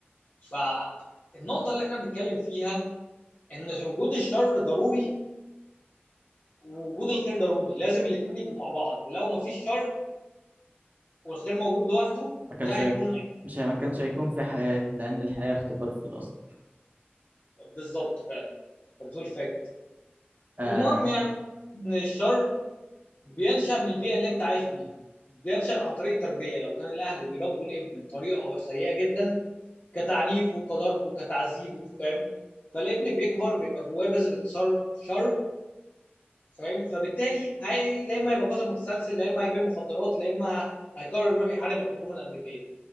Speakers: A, on the left; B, on the right.
A: فالنقطة اللي احنا بنتكلم فيها ان في وجود الشر ضروري ووجود الخير ضروري لازم الاتنين يبقوا مع بعض لو ما فيش شر والخير موجود لوحده
B: ما
A: ده
B: كانش
A: هيكون
B: هيك... مش هي... ما كانش هيكون في حياة لأن الحياة اختبار في الأصل
A: بالظبط فعلا طب دول فاكت
B: آه
A: المهم يعني ان الشر بينشأ من البيئة اللي انت عايش بيها بينشأ عن طريق التربية لو كان الاهل بيربوا الابن بطريقة سيئة جدا كتعنيفه كضربه كتعذيبه فاهم فالابن بيكبر بيبقى جواه بذرة شر شر فاهم فبالتالي هي لا اما يبقى قاتل متسلسل لا اما هيبيع مخدرات لا اما هيقرر يروح يحارب الحكومه الامريكيه